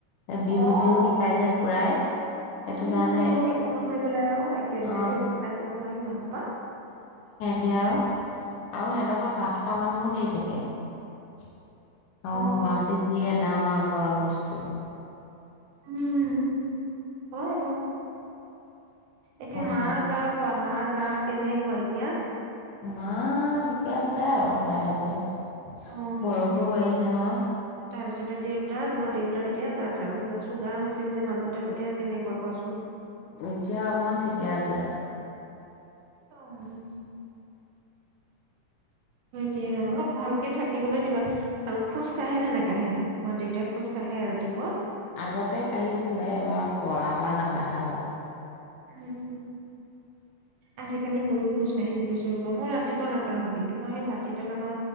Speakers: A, on the left; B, on the right.
A: বিহু
B: অ'-অ'
A: চিহু শিকাই যে
B: কিনো
A: খুৰাই সেইটো কাৰণে
B: কৰিব সেইবোৰ নথৈ পেলাই আৰু একেদিনাইটো
A: অ
B: খাব নোৱাৰি ইমান সোপা।
A: এতিয়া আৰু সিহঁতৰ ঘৰ ভাত মানুহো ধেৰ থাকে। অ'
B: অ
A: গুৱাহাটীত যিহে দাম আৰু খোৱা বস্তু।
B: উম হয়-হয়। এতিয়া
A: সেইটো
B: মা
A: কাৰণে।
B: গা কোৱা মা গা কেনেকুৱা এতিয়া?
A: মা ঠিকে আছে আৰু লাহে ধীৰে।
B: অ।
A: বয়সো হৈ আহিছে নহয়।
B: তাৰপিছতে দেউতা তোমাৰ দেউতাৰ এতিয়া গাত চুগাৰ হৈছিল যে মাজতে এতিয়া কেনেকুৱা কোৱাচোন।
A: এতিয়া অকমান ঠিকে আছে।
B: অ <inaudible> দিয়া <unintelligible> ভালকে থাকিবলৈ দিবা আৰু খোজ কাঢ়ে নে নেকাঢ়ে তোমাৰ দেউতাই খোজ কাঢ়ে ৰাতিপুৱা?
A: আগতে কাঢ়িছিলে, এবাৰ পৰা বা নাকাঢ়া হল।
B: উম, আজিকালি ময়ো খোজ কাঢ়িব লৈছোঁ ৰবা মই ৰাতিপুৱা নাকাঢ়ো কিন্তু মই সেই ভাতি বেলা-